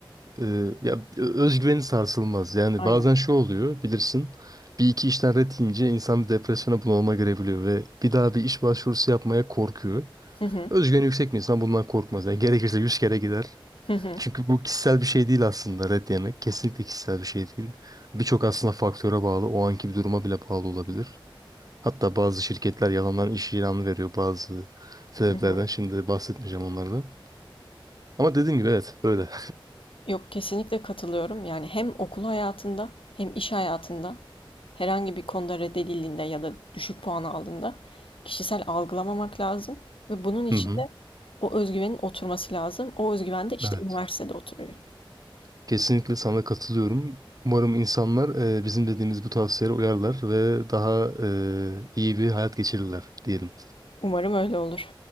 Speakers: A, on the right; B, on the left.
A: eee, ya özgüveni sarsılmaz. Yani
B: Aynen.
A: bazen şu oluyor bilirsin. Bir iki işten ret yiyince insan bir depresyona bunalıma girebiliyor ve bir daha bir iş başvurusu yapmaya korkuyor.
B: Hı hı.
A: Özgüveni yüksek bir insan bundan korkmaz. Yani gerekirse yüz kere gider.
B: Hı hı.
A: Çünkü bu kişisel bir şey değil aslında red yemek. Kesinlikle kişisel bir şey değil. Birçok aslında faktöre bağlı. O anki bir duruma bile bağlı olabilir. Hatta bazı şirketler yalandan iş ilanı veriyor bazı sebeplerden.
B: Hı hı.
A: Şimdi bahsetmeyeceğim onlardan. Ama dediğim gibi evet böyle.
B: Yok kesinlikle katılıyorum. Yani hem okul hayatında hem iş hayatında herhangi bir konuda reddedildiğinde ya da düşük puan aldığında kişisel algılamamak lazım ve bunun için
A: <laughs> Hı hı.
B: de o özgüvenin oturması lazım. O özgüven de işte
A: Evet.
B: üniversitede oturuyor.
A: Kesinlikle sana katılıyorum. Umarım insanlar e, bizim dediğimiz bu tavsiyelere uyarlar ve daha e, iyi bir hayat geçirirler diyelim.
B: Umarım öyle olur.